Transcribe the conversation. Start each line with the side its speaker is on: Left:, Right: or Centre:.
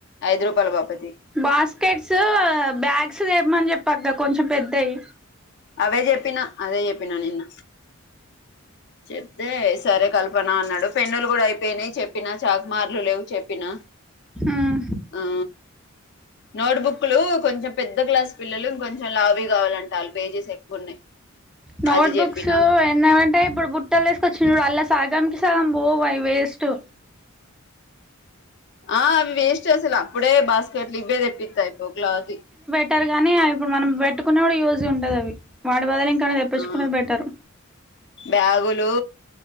Left: ఐదు రూపాయల బాపతి
Centre: బాస్కెట్స్ బ్యాగ్స్ తేమ్మాని చెప్పక్క కొంచెం పెద్దయి
Left: అవే చెప్పినా అదే చెప్పినా నిన్న చెప్తే సరే కల్పన అన్నాడు పెన్నులు కూడా అయిపోయినాయి చెప్పినా చాక్మార్లు లేవు చెప్పినా
Centre: మ్మ్
Left: ఆ నోట్బుక్లు కొంచెం పెద్ద క్లాస్ పిల్లలు ఇంకొంచం లావుయి కావాలంట అల్ పేజెస్ ఎక్కువ ఉన్నాయి
Centre: నోట్
Left: అది
Centre: బుక్స్
Left: చెప్పినా
Centre: ఎన్నాంటే ఇప్పుడు బుట్టలు తీసుకొచ్చి చూడు అలా సాగాంనికి బోవు అవి వేస్ట్టు
Left: ఆ అవి వేస్ట్ అసలు అప్పుడే బాస్కెట్లు ఇవ్వే తెప్పిత్తే అయిపోవ్ క్లాత్ యి
Centre: పెట్టారు కానీ ఇప్పుడు మనం పెట్టుకునే కూడా యూజీ ఉంటది అవి వాడి బదలు ఇంకా ఏమన్నా తెప్పించుకున్నది
Left: ఆ
Centre: బెటర్
Left: బ్యాగులు